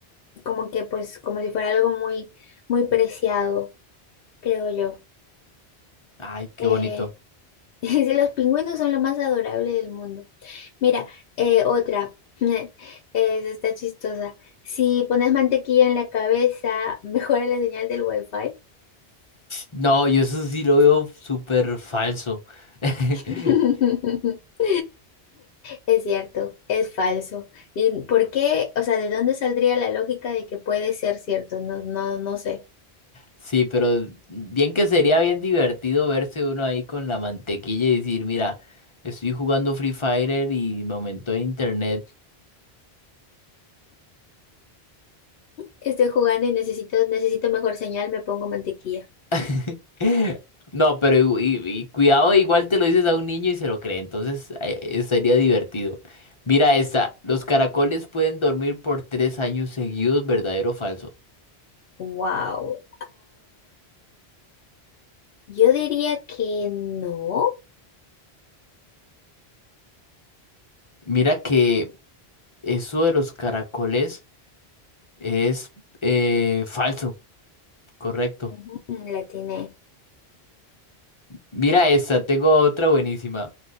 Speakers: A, on the left; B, on the left.
A: como que pues como si fuera algo muy, muy preciado, creo yo.
B: Ay, qué
A: Eh,
B: bonito.
A: <laughs> dice, los pingüinos son lo más adorable del mundo. Mira, eh, otra. <laughs> Eh, esa está chistosa. Si pones mantequilla en la cabeza, mejora la señal del wifi.
B: No, yo eso sí lo veo súper falso. <laughs>
A: <laughs> Es cierto, es falso. ¿Y por qué? O sea, ¿de dónde saldría la lógica de que puede ser cierto? No, no, no sé.
B: Sí, pero bien que sería bien divertido verse uno ahí con la mantequilla y decir, mira, estoy jugando Free Fire y me aumentó en internet.
A: Estoy jugando y necesito, necesito mejor señal, me pongo mantequilla.
B: <laughs> No, pero igu- y, y cuidado, igual te lo dices a un niño y se lo cree, entonces eh, estaría divertido. Mira esta, los caracoles pueden dormir por tres años seguidos, ¿verdadero o falso?
A: Wow. yo diría que no.
B: Mira que eso de los caracoles es eh, falso, correcto.
A: Ujú, La tiene.
B: Mira esta, tengo otra buenísima.